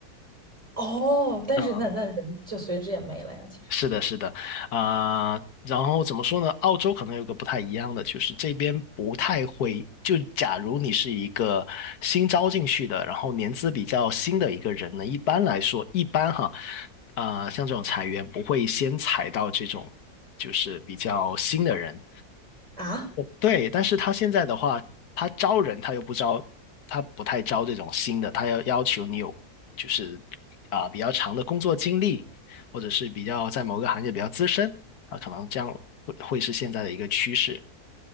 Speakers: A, on the right; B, on the left.
A: 哦，但是那那人就随之也没了呀，
B: 啊。
A: 其实。
B: 是的，是的，啊、然后怎么说呢？澳洲可能有个不太一样的，就是这边不太会。就假如你是一个新招进去的，然后年资比较新的一个人呢，一般来说，一般哈，啊、像这种裁员不会先裁到这种就是比较新的人，
A: 啊，
B: 对，但是他现在的话，他招人他又不招，他不太招这种新的，他要要求你有就是啊、比较长的工作经历，或者是比较在某个行业比较资深啊，可能这样会会是现在的一个趋势，